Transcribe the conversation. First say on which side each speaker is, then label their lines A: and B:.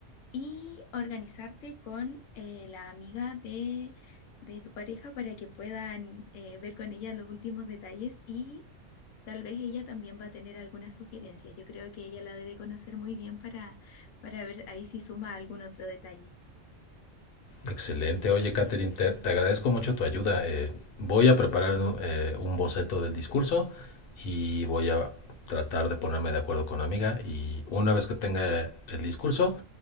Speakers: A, on the left (about 75°); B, on the left (about 55°).
A: y organizarte con eh, la amiga de, de tu pareja para que puedan eh, ver con ella los últimos detalles y tal vez ella también va a tener algunas sugerencias. Yo creo que ella la debe conocer muy bien para, para ver ahí si suma algún otro detalle.
B: Excelente, oye Catherine, te, te agradezco mucho tu ayuda. Eh, voy a preparar eh, un boceto del discurso y voy a tratar de ponerme de acuerdo con la amiga y una vez que tenga el discurso,